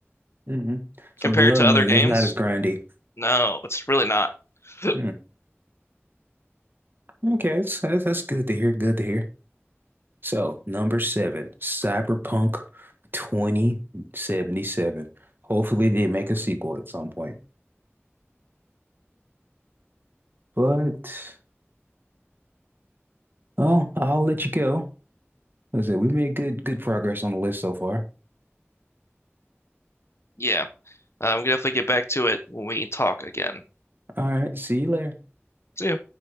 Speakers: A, on the right; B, on the left.
A: hmm So
B: compared
A: the leveling
B: to other games,
A: is not as grindy.
B: no, it's really not. <laughs>
A: Hmm. Okay, that's, that's that's good to hear. Good to hear. So, number seven, Cyberpunk 2077. Hopefully, they make a sequel at some point. But, oh, I'll let you go. As I said, we made good good progress on the list so far.
B: Yeah, uh, we can definitely get back to it when we talk again.
A: All right, see you later.
B: See ya.